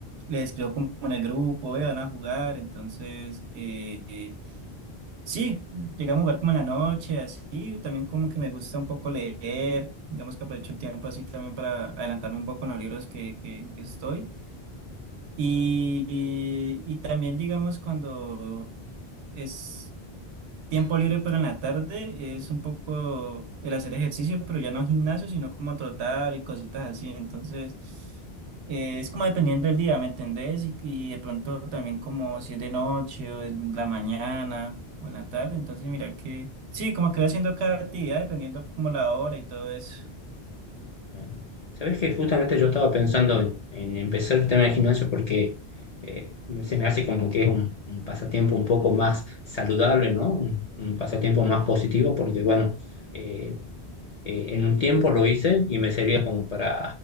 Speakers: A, on the right; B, on the left.
A: les escribo como en el grupo, "Ve, van a jugar, entonces eh, eh, sí, llegamos a jugar como en la noche, así, también como que me gusta un poco leer, digamos que aprovecho el tiempo así también para adelantarme un poco en los libros que, que que estoy. Y, y- y también, digamos, cuando es tiempo libre, pero en la tarde, es un poco el hacer ejercicio, pero ya no gimnasio, sino como trotar y cositas así. Entonces, eh, es como dependiendo del día, ¿me entendés? Y, y de pronto también como si es de noche o en la mañana o en la tarde. Entonces, mira que, sí, como que voy haciendo cada actividad, dependiendo como la hora y todo eso.
B: ¿no? Sabes que justamente yo estaba pensando en, en empezar el tema de gimnasio porque eh, se me hace como que es un, un pasatiempo un poco más saludable, ¿no? Un, un pasatiempo más positivo porque, bueno, eh, Eh, en un tiempo lo hice y me servía como para,